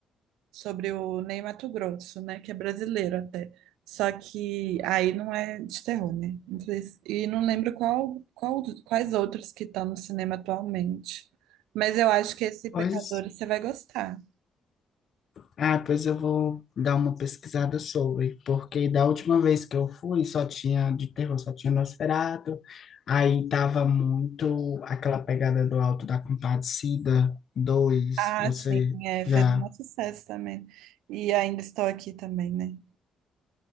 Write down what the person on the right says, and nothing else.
sobre o Ney Matogrosso, né? Que é brasileiro até. Só que aí não é de terror, né? Não sei se- E não lembro qual, qual, quais outros que estão no cinema atualmente. Mas eu acho que esse
Pecadores você vai gostar.
Ah,
sim, é, fez
um sucesso também. E ainda estou aqui também, né?